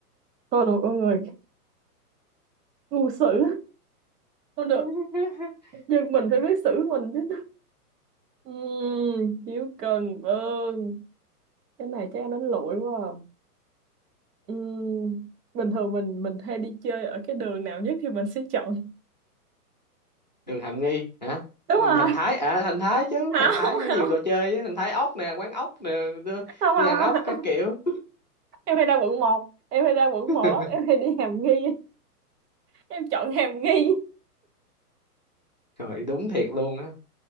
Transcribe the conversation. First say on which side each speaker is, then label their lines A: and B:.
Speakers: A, on the right; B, on the left.
A: tôi là một con người ngu xử không được
B: <laughs>
A: nhưng mình phải biết xử mình chứ Ừm, chiếu cần vâng. cái này chắc em đánh lụi quá à. Ừm, bình thường mình mình hay đi chơi ở cái đường nào nhất thì mình sẽ chọn
B: đường Hàm Nghi hả
A: đúng
B: đường
A: rồi
B: Thành Thái à Thành Thái chứ
A: không
B: Thành Thái mới
A: không
B: nhiều trò chơi á Thành Thái ốc nè quán ốc nè đi
A: không
B: đi
A: không
B: ăn ốc
A: không
B: các
A: không.
B: kiểu
A: em hay ra quận một em hay ra quận
B: <laughs>
A: một lắm em hay đi Hàm Nghi em chọn Hàm Nghi
B: trời đúng thiệt luôn á